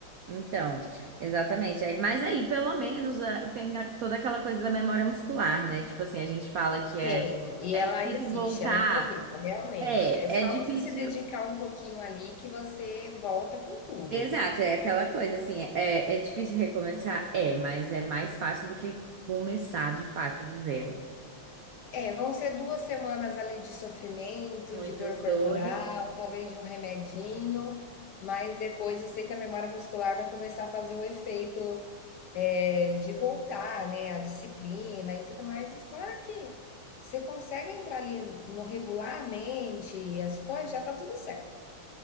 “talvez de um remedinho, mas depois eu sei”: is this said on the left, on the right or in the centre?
Left